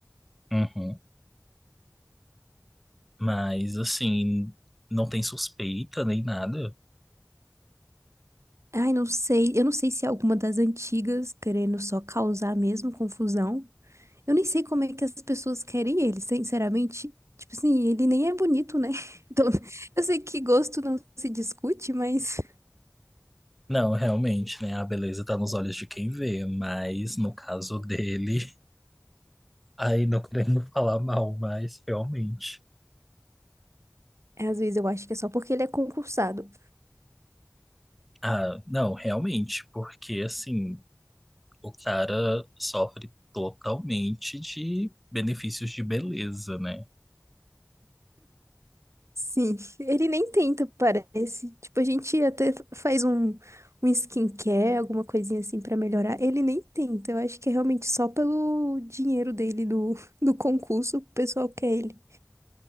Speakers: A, in the centre; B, on the right.
A: Uhum. Mas, assim, não tem suspeita nem nada.
B: Ai, não sei. Eu não sei se é alguma das antigas querendo só causar mesmo confusão. Eu nem sei como é que as pessoas querem ele, sinceramente. Tipo assim, ele nem é bonito, né? <laughs> Então, eu sei que gosto não se discute, mas
A: Não, realmente, né, a beleza tá nos olhos de quem vê, mas no caso dele. Aí não querendo <laughs> falar mal, mas realmente.
B: é, às vezes eu acho que é só porque ele é concursado.
A: Ah, não, realmente, porque assim, o cara sofre totalmente de benefícios de beleza, né?
B: Sim, ele nem tenta, parece. Tipo, a gente até faz um, um skincare, alguma coisinha assim pra melhorar. Ele nem tenta. Eu acho que é realmente só pelo dinheiro dele do, <laughs> do concurso, o pessoal quer ele.